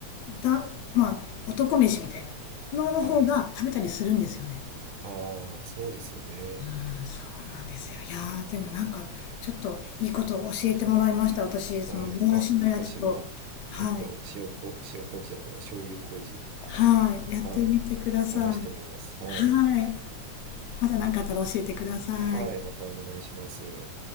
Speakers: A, on the left; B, on the right.
A: だ、まあ、男飯みたいなのの方が食べたりするんですよね。
B: はいはいはい。ああ、そうですよね。
A: うん、そうなんですよ。いやー、でもなんか、ちょっといいことを教えてもらいました。私、その、
B: はい。
A: もやしのやつと、
B: あ、私も、
A: はい。
B: ちょっと塩こ、塩麹じゃないや、醤油麹。
A: はい、やってみてください。
B: はい。試してみます。はい。
A: はい、また何かあったら教えてください。
B: はい。またお願いします。